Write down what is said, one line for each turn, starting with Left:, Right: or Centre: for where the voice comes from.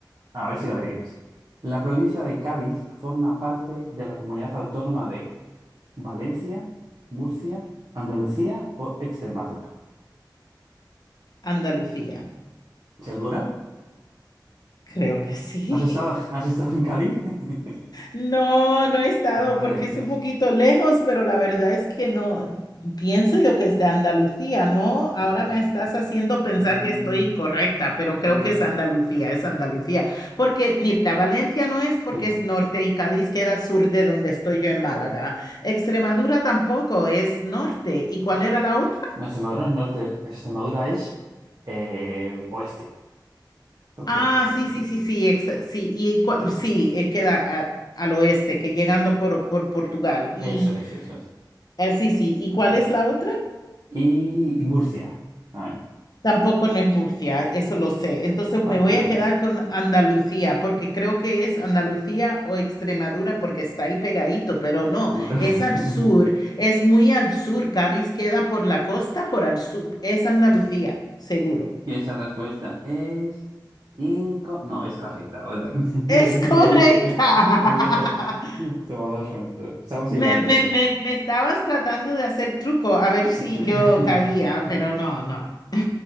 Right: A ver si la adivinas. La provincia de Cádiz forma parte de la comunidad autónoma de Valencia, Murcia, Andalucía o Extremadura.
Left: Andalucía.
Right: ¿Segura?
Left: Creo que sí.
Right: ¿Has estado, <laughs>
Left: <laughs>
Right: has estado en Cádiz? <laughs>
Left: No, no he estado
Right: Hombre,
Left: porque es
Right: tienes
Left: un poquito
Right: que...
Left: lejos, pero la verdad es que no. Pienso yo que es de Andalucía, ¿no? Ahora
Right: que ser en
Left: me
Right: Cádiz.
Left: estás haciendo pensar
Right: Mm,
Left: que estoy incorrecta, pero
Right: mm,
Left: creo que es Andalucía, es Andalucía. Porque, mira, Valencia no es porque
Right: Sí.
Left: es norte y Cádiz queda sur de donde estoy yo en Málaga. Extremadura tampoco es norte. ¿Y cuál era la otra?
Right: No, Extremadura no es norte, Extremadura es eh, oeste. Entonces,
Left: Ah,
Right: eh,
Left: sí, sí, sí, sí, ex- sí, y cua-
Right: eh,
Left: sí, eh, queda a- al oeste, que
Right: sí.
Left: llegando por, por Portugal. Y
Right: Eso es, eso es.
Left: eh, sí, sí, ¿y
Right: Entonces,
Left: cuál es
Right: sí.
Left: la otra?
Right: y, y Murcia. A ver.
Left: Tampoco no es Murcia, eso lo sé. Entonces me
Right: Vale,
Left: voy
Right: entonces.
Left: a quedar con Andalucía, porque creo que es Andalucía o Extremadura, porque está ahí pegadito, pero no,
Right: mu- <laughs>
Left: es al sur, es muy al sur. Cádiz queda por la costa, por al sur. Es Andalucía, seguro.
Right: Y esa respuesta es inco... No, es correcta. vale. <laughs>
Left: Es
Right: Muy
Left: correcta.
Right: bien. ¿eh? Muy bien.
Left: <laughs>
Right: Toma dos puntos. Estamos igual
Left: Me,
Right: entonces.
Left: me, me, me estabas tratando de hacer truco, a ver si
Right: Sí. <laughs>
Left: yo caía, pero no, no.